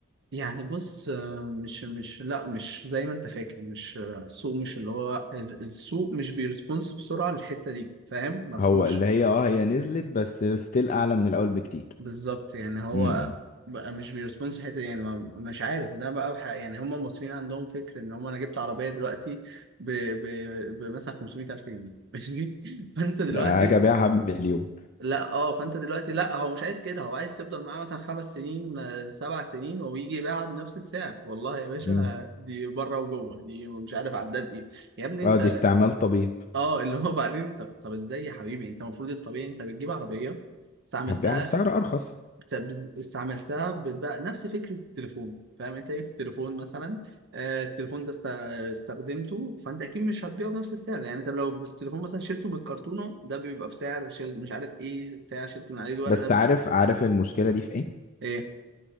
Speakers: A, on the right; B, on the left.
A: يعني بص آه، مش مش لا مش زي ما انت فاكر مش آه، السوق مش اللي هو ال- السوق مش بيرسبونس بسرعة للحتة دي فاهم ما فيهوش
B: هو اللي هي اه هي نزلت بس ستيل اعلى من الاول بكتير
A: بالظبط يعني هو
B: امم
A: بقى مش بيرسبونس الحتة دي يعني ما- مش عارف ده بقى ح- يعني هم المصريين عندهم فكر ان هم انا جبت عربية دلوقتي ب ب بمثلا 500 ألف جنيه <laughs> ماشي فانت دلوقتي
B: اجي ابيعها بمليون
A: لا اه فانت دلوقتي لا هو مش عايز كده هو عايز تفضل معاه مثلا خمس سنين آه، سبع سنين ويجي يبيعها بنفس السعر والله يا باشا
B: امم
A: دي بره وجوه دي مش عارف عداد ايه يا
B: <laughs>
A: ابني
B: اه
A: انت
B: دي استعمال طبيب
A: اه اللي هو بعدين طب, طب ازاي يا حبيبي انت المفروض الطبيعي انت بتجيب عربيه استعملتها
B: هبيعها بسعر ارخص
A: بت- استعملتها بتبقى نفس فكره التليفون فاهم انت جبت تليفون مثلا آه، التليفون ده است- استخدمته فانت اكيد مش هتبيعه بنفس السعر يعني انت لو التليفون مثلا شلته من الكرتونه ده بيبقى بسعر شل مش عارف ايه بتاع شلت من عليه الورق
B: بس
A: ده
B: عارف عارف المشكله دي في ايه
A: ايه